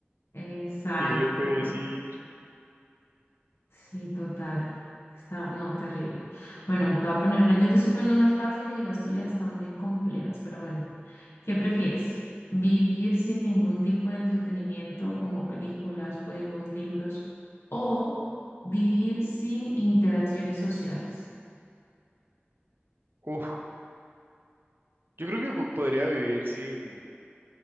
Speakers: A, on the left; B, on the right.
A: Exacto,
B: Y no le puede decir.
A: Sí, total. Está, no, terrible. Bueno, te voy a poner una, yo te estoy poniendo unas fáciles y las tuyas están bien complejas, pero bueno, ¿qué prefieres? ¿Vivir sin ningún tipo de entretenimiento como películas, juegos, libros o vivir sin interacciones sociales?
B: Uf, yo creo que po- podría vivir sin,